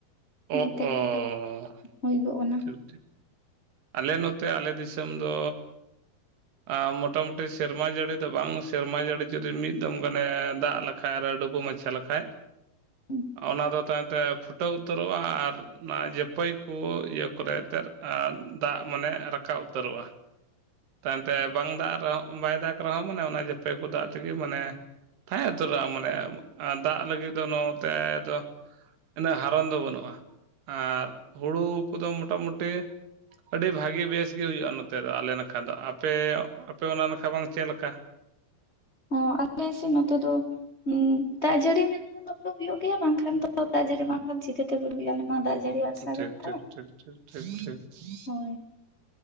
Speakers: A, on the right; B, on the left.
A: ᱚ
B: ᱚᱱᱟᱛᱮ
A: ᱚ
B: ᱟᱫᱚ ᱦᱩᱭ ᱜᱚᱜ ᱠᱟᱱᱟ।
A: ᱴᱷᱤᱠ ᱟᱞᱮ ᱱᱚᱛᱮ ᱟᱞᱮ ᱫᱤᱥᱟᱹᱢ ᱫᱚ ᱟᱸ ᱢᱚᱴᱟᱢᱩᱴᱤ ᱥᱮᱨᱢᱟ ᱡᱟᱲᱤ ᱫᱚ ᱵᱟᱝ ᱥᱮᱨᱢᱟ ᱡᱟᱲᱤ ᱡᱩᱫᱤ ᱢᱤᱫ ᱫᱚᱢ ᱜᱟᱱᱮ ᱫᱟᱜ ᱞᱟ ᱠᱷᱟᱨ ᱰᱩᱵᱩ ᱢᱟᱪᱷᱟ ᱞᱮᱠᱷᱟᱡᱼᱼ
B: ᱦᱩᱸ᱾
A: ᱚᱱᱟᱫᱚ ᱛᱟᱭᱚᱢᱛᱮ ᱯᱷᱩᱴᱟᱹᱣ ᱩᱛᱟᱹᱨᱚᱜ-ᱟ ᱟᱨ ᱚᱱᱟ ᱡᱟᱹᱯᱟᱹᱭ ᱠᱩ ᱤᱭᱟᱹ ᱠᱚᱨᱮ ᱮᱱᱛᱮᱫ ᱟᱨ ᱫᱟᱜ ᱢᱟᱱᱮ ᱨᱟᱠᱟᱵ ᱩᱛᱟᱹᱨᱚᱜᱼᱟ᱾ ᱛᱟᱭᱚᱢ ᱛᱮ ᱵᱟᱝ ᱫᱟᱜ ᱨᱮᱦᱚᱸ ᱵᱟᱭ ᱫᱟᱜ ᱨᱮᱦᱚᱸ ᱢᱟᱱᱮ ᱚᱱᱟ ᱡᱟᱹᱯᱮ ᱠᱚ ᱫᱟᱜ ᱛᱮᱜᱮ ᱢᱟᱱᱮ ᱛᱟᱦᱮᱸ ᱩᱛᱟᱹᱨᱚᱜᱼᱟ ᱢᱟᱱᱮ ᱟᱸ ᱫᱟᱜ ᱞᱟᱹᱜᱤᱫ ᱫᱚ ᱱᱚᱛᱮ ᱫᱚ ᱩᱱᱟᱹᱜ ᱦᱟᱨᱚᱱ ᱫᱚ ᱵᱟᱹᱱᱩᱜᱼᱟ ᱟᱨ ᱦᱩᱲᱩ ᱠᱚᱫᱚ ᱢᱚᱴᱟᱢᱩᱴᱤ ᱟᱹᱰᱤ ᱵᱷᱟᱹᱜᱤ ᱵᱮᱥᱜᱮ ᱦᱩᱭᱩᱜᱼᱟ ᱱᱚᱛᱮ ᱫᱚ ᱟᱞᱮ ᱱᱟᱠᱷᱟ ᱫᱚ ᱟᱯᱮ ᱟᱯᱮ ᱚᱱᱟ ᱱᱟᱠᱷᱟ ᱵᱟᱝ ᱪᱮᱫ ᱞᱮᱠᱟ?
B: ᱚᱸ ᱟᱞᱮ ᱥᱮᱫ ᱱᱚᱛᱮ ᱫᱚ ᱩᱸ ᱫᱟᱜ ᱡᱟᱹᱲᱤ ᱢᱮᱱᱠᱷᱟᱱ ᱫᱚ ᱦᱩᱲᱩ ᱦᱩᱭᱩᱜ ᱜᱮᱭᱟ ᱵᱟᱝᱠᱷᱟᱱ ᱫᱚ ᱫᱟᱜ ᱡᱟᱹᱲᱤ ᱵᱟᱝᱠᱷᱟᱱ ᱪᱤᱠᱟᱹ ᱛᱮ ᱦᱩᱲᱩ ᱵᱤᱞᱤᱜᱼᱟ ᱱᱚᱣᱟ ᱫᱟᱜ ᱡᱟᱹᱲᱤ ᱟᱨᱥᱟ
A: ᱴᱷᱤᱠ
B: ᱜᱮᱛᱟᱞᱮ
A: ᱴᱷᱤᱠ ᱴᱷᱤᱠ ᱴᱷᱤᱠ ᱴᱷᱤᱠ ᱴᱷᱤᱠ ᱾
B: ᱦᱳᱭ